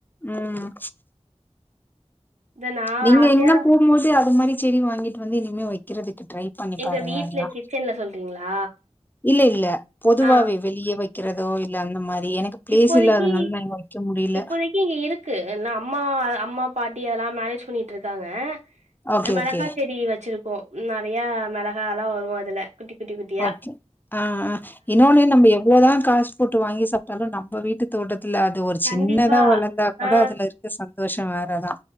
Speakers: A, on the left; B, on the right.
A: ம்
B: இத நா
A: நீங்க
B: ஆசையா
A: எங்கனா போகும்போது அது மாரி செடி வாங்கிட்டு வந்து இனிமே வெக்கிறதுக்கு ட்ரை பண்ணி
B: எங்க
A: பாருங்க
B: வீட்ல
A: எல்லா
B: கிச்சன்ல சொல்றீங்களா
A: இல்ல இல்ல பொதுவாவே
B: ஆ
A: வெளியே வெக் கிறதோ இல்ல அந்த மாரி எனக்கு பிளேஸ்
B: இப்போதைக்கு
A: இல்ல அதனால நா இங்க வெக்க முடில
B: இப்போதைக்கு இங்க இருக்கு நா அம்மா அம்மா பாட்டி அதெல்லா மேனேஜ் பண்ணிட்டுருக்காங்க
A: ஓகே
B: அ மெளகா
A: ஓகே
B: செடி வெச்சிருக்கோ நெறயா மெளகாலா வரு அதுல குட்டி குட்டி குட்
A: ஓகே ஆ ஆ இன்னொன்னு நம்ப எவ்ளோதா‌ காசு போட்டு வாங்கி சாப்டாலு நம்ப வீட்டு தோட்டத்துல அது ஒரு
B: கண்டிப்பா
A: சின்னதா வளந்தா கூட
B: ஆ
A: அதுல இருக்க சந்தோஷோ வேறதா